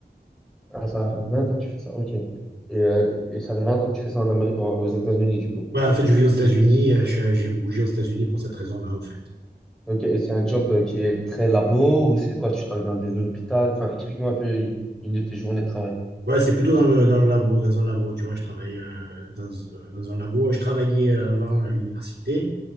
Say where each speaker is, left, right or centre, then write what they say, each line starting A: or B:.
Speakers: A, in the centre; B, on the right.
A: Ah, ça fait vingt ans que tu fais ça, ok. Et, euh, et ça fait 20 ans que tu fais ça en Amérique, aux États-Unis, du coup.
B: Ouais, en fait, je vis aux États-Unis, euh, je suis- j'ai bougé aux États-Unis pour cette raison-là, en fait.
A: Ok, et c'est un job euh, qui est très labo ou c'est quoi? Tu travailles dans des hôpitaux? Enfin, explique-moi un peu une une de tes journées de travail.
B: Ouais, c'est plutôt dans le, dans le labo, dans un labo, tu vois, je travaille euh, dans, dans un labo. Je travaillais avant à l'université,